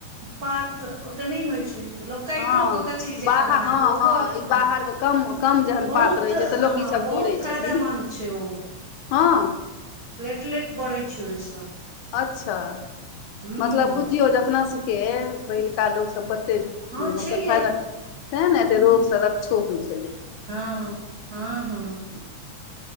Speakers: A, on the right (about 75°); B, on the left (about 85°).
A: पात ओते नहि होइ छै त लोक काटि
B: हँ
A: कचरी जेका
B: बाहर
A: बना
B: हँ
A: क ओहो
B: हँ ई
A: ह
B: बाहरमे कम कम जहन
A: बहुत
B: पात रहैत
A: ह
B: छै तऽ लोक ईसभ
A: बहुत
B: करैत छथिन
A: फायदेमंन्द छै ओ
B: हँ
A: प्लेटलेट बढ़ैत छै ओहिसँ
B: अच्छा
A: हूँ
B: मतलब बुझियौ जे अपना सबके पहिलुका लोक सब कते
A: हँ
B: मतलब
A: छैहे
B: फायदा ते ने एते
A: हूँ
B: रोगसँ रक्षो होइ छै
A: हँ हँ हँ